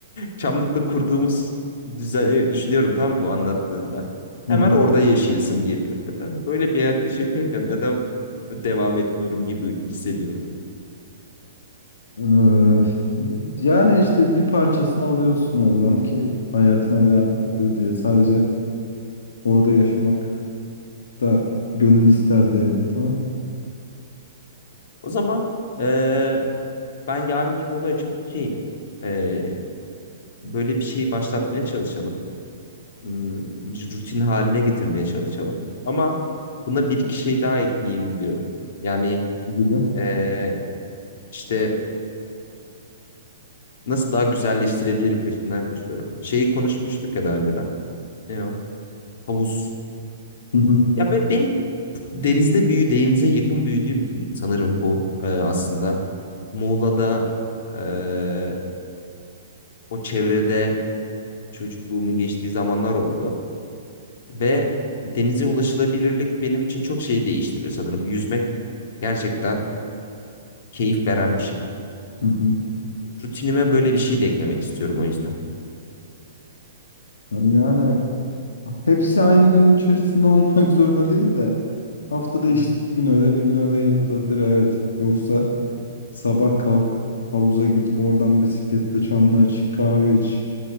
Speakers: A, on the left; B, on the left.
A: Çamlık'ta kurduğumuz düzeni düşünüyorum tam bu anlattığında. Hemen
B: hı.
A: orada yaşayasım geliyor. E Ben böyle bir hayat yaşayabiliyorken neden devam etmiyorum gibi hissediyorum.
B: Ee, yani işte bir parçasını alıyorsun oradan ki hayatına
A: Hı
B: devam
A: hı.
B: edebil diye. Sadece orada yaşamak da gönül isterdi elbet ama
A: O zaman e, ben yarınki bu olaya çok okeyim. E, böyle bir şeyi başlatmaya çalışalım. Hmm, bir rutin haline getirmeye çalışalım. Ama buna bir iki şey daha ekleyelim diyorum. Yani
B: gibi.
A: e, işte Nasıl daha güzelleştirebilirim peşinden koşuyorum. Şeyi konuşmuştuk ya daha önceden. Ne o? Havuz.
B: Hı hı,
A: Ya be- benim denizde büyü, denize yakın büyüdüğüm için sanırım bu e, aslında. Muğla'da e, o çevrede çocukluğumun geçtiği zamanlar oldu. Ve denize ulaşılabilirlik benim için çok şey değiştiriyor sanırım. Yüzmek gerçekten keyif veren bir şey.
B: hı hı.
A: Rutinime böyle bir şey de eklemek istiyorum o yüzden.
B: Yani hepsi aynı gün içerisinde <laughs> olmak zorunda değil de haftada
A: Hı
B: işte
A: hı.
B: bir gün öyle bir gün öyle yapılabilir evet. Yoksa sabah kalk havuza git oradan bisiklette çamlığa çık kahve iç.